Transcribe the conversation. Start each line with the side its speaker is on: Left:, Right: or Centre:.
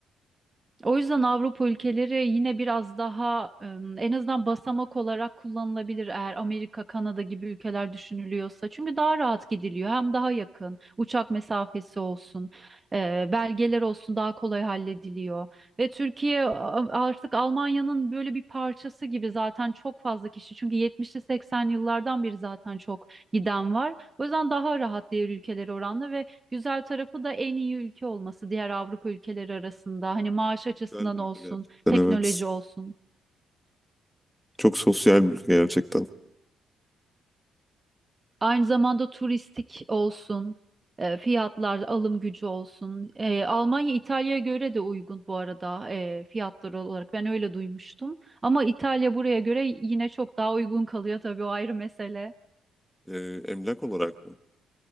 Right: O yüzden Avrupa ülkeleri yine biraz daha em, en azından basamak olarak kullanılabilir eğer Amerika, Kanada gibi ülkeler düşünülüyorsa. Çünkü daha rahat gidiliyor hem daha yakın uçak mesafesi olsun, e, belgeler olsun daha kolay hallediliyor. Ve Türkiye a- artık Almanya'nın böyle bir parçası gibi zaten çok fazla kişi çünkü 70'li 80'li yıllardan beri zaten çok giden var. O yüzden daha rahat diğer ülkelere oranla ve Güzel tarafı da en iyi ülke olması diğer Avrupa ülkeleri arasında. Hani maaş
Centre: Sosyal
Right: açısından
Centre: bir
Right: olsun,
Centre: ülke gerçekten
Right: teknoloji
Centre: evet.
Right: olsun,
Centre: Çok sosyal bir ülke gerçekten.
Right: aynı zamanda turistik olsun, e, fiyatlar, alım gücü olsun. E, Almanya İtalya'ya göre de uygun bu arada e, fiyatlar olarak. Ben öyle duymuştum. Ama İtalya buraya göre yine çok daha uygun kalıyor tabii o ayrı mesele.
Centre: E, emlak olarak mı?